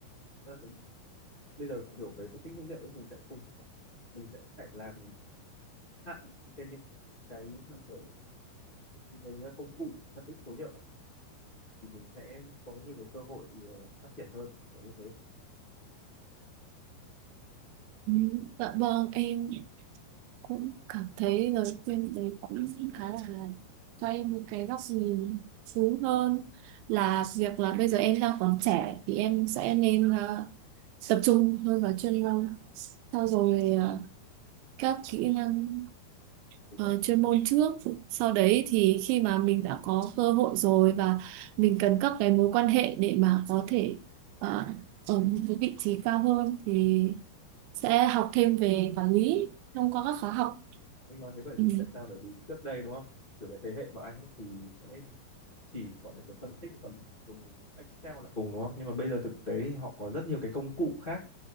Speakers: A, on the left; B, on the right.
A: Ờ, thì bây giờ kiểu về phân tích dữ liệu ấy mình sẽ cùng mình sẽ phải làm hạn trên những cái kiểu những cái ờ, công cụ phân tích số liệu này thì mình sẽ có nhiều cái cơ hội ờ, phát triển hơn kiểu như thế
B: Ừ, Dạ vâng em cũng cảm thấy lời khuyên đấy cũng khá là cho em những cái góc nhìn xuống hơn là việc là bây giờ em đang còn trẻ thì em sẽ nên ờ, tập trung hơn vào chuyên môn sau rồi ờ, các kỹ năng
A: đúng
B: ờ,
A: đấy
B: chuyên môn trước sau đấy thì khi mà mình đã có cơ hội rồi và mình cần các cái mối quan hệ để mà có thể ờ, ở một cái vị trí cao hơn thì sẽ học thêm về quản lý thông qua các khóa học
A: anh nói thế bởi vì
B: ừ.
A: tại sao bởi vì trước đây đúng không kiểu cái thế hệ của anh ấy thì sẽ chỉ gọi là kiểu phân tích còn dùng Excel là cùng đúng không nhưng mà bây giờ thực tế thì họ có rất nhiều cái công cụ khác